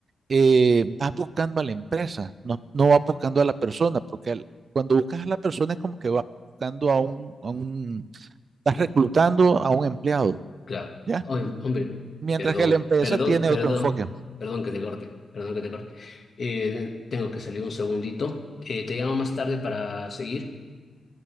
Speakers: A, on the right (about 60°); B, on the left (about 55°).
A: eh, vas buscando a la empresa, no, no vas buscando a la persona, porque al- cuando buscas a la persona es como que vas buscando a un, a un, estás
B: Y,
A: reclutando a un empleado,
B: Claro.
A: ¿ya?
B: Oye, hombre,
A: mientras
B: perdón,
A: que la empresa
B: perdón,
A: tiene
B: perdón,
A: otro enfoque.
B: perdón que te corte, perdón que te corte. Eh, tengo que salir un segundito. Eh, te llamo más tarde para seguir.